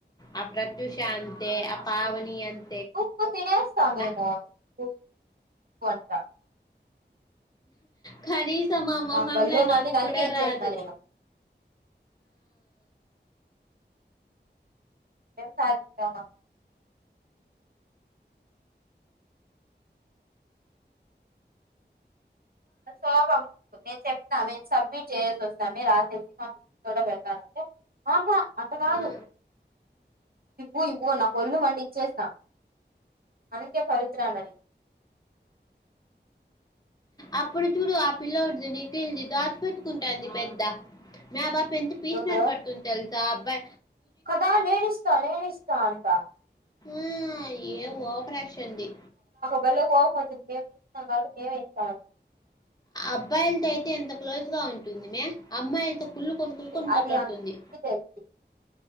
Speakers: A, on the left (about 20°); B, on the right (about 55°).
A: ఆ ప్రత్యుష అంతే ఆ పావని అంతే
B: ఉప్పు తినేస్తాందేమో
A: నా
B: <unintelligible>
A: కానీస్ సం ఆ మొహం
B: నాకు భలే
A: ల నవ్వు
B: మండింది అందుకే
A: కూడ
B: ఇచ్చేసిన
A: రాదు
B: నేను ఎం సాధిస్తావు <unintelligible> నేను చెప్తా నేను సబ్మిట్ చేసి వస్తాను రాసేసి <unintelligible> ఆహా అంత కాదు
A: ఆ!
B: ఇవ్వు ఇవ్వు నాకొళ్ళు మండి ఇచ్చేసిన అందుకే పవిత్రాలని
A: అప్పుడు చూడు ఆ పిల్ల ఉంటుంది నీకళ్ంది దాచ పెట్కుంటుంది పెద్ద మా ఎంత పీసినార్
B: చూడు
A: పడుతుంది తెలుసా సబ్బా
B: కదా నేనిస్తా నేనిస్తా అంట
A: ఆ ఏ ఒ రాక్షడి
B: పళ్ళ కో వచ్చంది మే ఇన మ ఇ
A: అబ్బాయిలతో అయితే ఎంత క్లోజ్ గా ఉంటుంది మే అమ్మాయిలతో కులుకొని
B: చెప్పి
A: కుల్కొని మాట్లాడుతుంది
B: అది అందరికీ తెలుసు